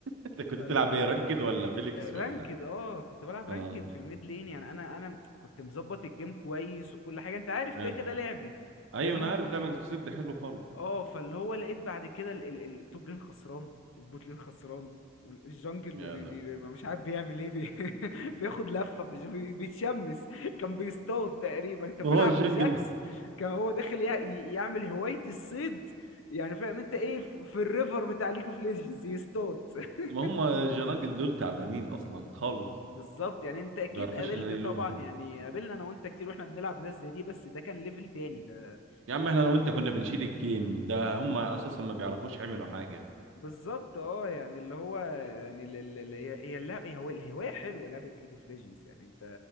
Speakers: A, on the right; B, on the left.
A: انت كنت
B: فال
A: بتلعب ايه رانكد ولا فيليكس
B: رانكد
A: ولا
B: اه كنت بلعب
A: اه
B: رانكد في الميد لين يعني انا انا كنت مظبط الجيم كويس وكل حاجه انت عارف كده
A: حلو
B: كده لعبي فاهمني
A: ايوه انا عارف لعبك بزد حلو خالص
B: اه فاللي هو لقيت بعد كده ال- ال- التوب لين خسران والبوت لين خسران والجنجل
A: يا
B: بي بي
A: ده
B: بي بي- مش عارف بيعمل ايه بي <laughs> بياخد لفه في الج- بي- بيتشمس كان بيصطاد تقريبا كان
A: ما
B: بيلعب
A: هو الجنجل
B: بجاكس كان هو داخل يع- ي- يعمل هوايه الصيد يعني فاهم انت ايه في في الريفر بتاع ليج اوف ليجندز يصطاد <laughs>
A: ما هم الجنانجل دول تعبانين اصلا خالص
B: بالظبط يعني انت اكيد
A: ما بيعرفوش
B: قابلت
A: ينيلوها
B: طبعا يعني قابلنا انا وانت كتير واحنا بنلعب ناس زي دي بس ده كان ليفل تاني ده
A: يا عم احنا لو انت كنا بنشيل الجيم ده هم اساسا ما بيعرفوش يعملوا حاجه
B: بالظبط اه يعني اللي هو يعني ال- ال- ال- هي هي اللعبه هي هو الهوايه حلوه لعبه ليج اوف ليجندز يعني انت